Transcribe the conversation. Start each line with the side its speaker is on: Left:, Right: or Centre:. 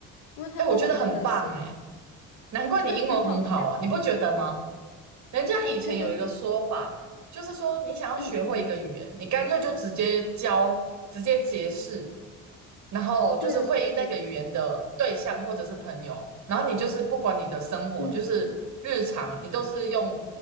Left: 因为他中文真的是
Right: 哎、我觉得很棒诶、难怪你英文很好啊，
Left: 真的很好笑的那种
Right: 你不觉得吗？人家以前有一个说法，
Left: 我觉得，
Right: 就是说你想要学会一个语言，
Left: 嗯嗯嗯，
Right: 你干脆就直接教，直接解释，然后就是会议那个语言的对象或者是朋友，
Left: 对对对对对，
Right: 然后你就是不管你的生活，
Left: 嗯，
Right: 就是日常，你都是用